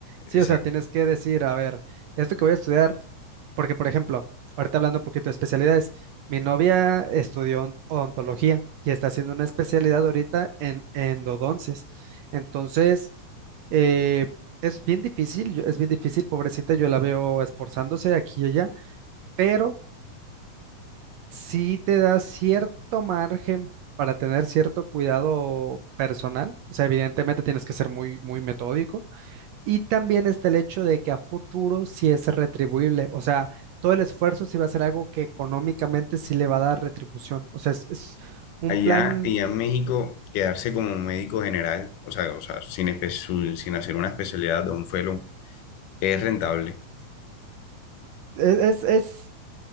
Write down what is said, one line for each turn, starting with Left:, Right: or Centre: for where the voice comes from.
Right: Sí,
Left: Exacto.
Right: o sea, tienes que decir, a ver, esto que voy a estudiar Porque, por ejemplo, ahorita hablando un poquito de especialidades, mi novia estudió on- odontología y está haciendo una especialidad ahorita en endodoncias. Entonces, eh, es bien difícil, yo- es bien difícil, pobrecita, yo la veo esforzándose aquí y allá, pero sí te da cierto margen para tener cierto cuidado personal. O sea, evidentemente tienes que ser muy, muy metódico y también está el hecho de que a futuro sí es retribuible, o sea, todo el esfuerzo sí va a ser algo que económicamente sí le va a dar retribución, o sea, es, es un
Left: allá,
Right: plan,
Left: allá en México, quedarse como médico general, o sea, o sea, sin, espe- su- sin hacer una especialidad de un fellow, es rentable,
Right: es, es, es-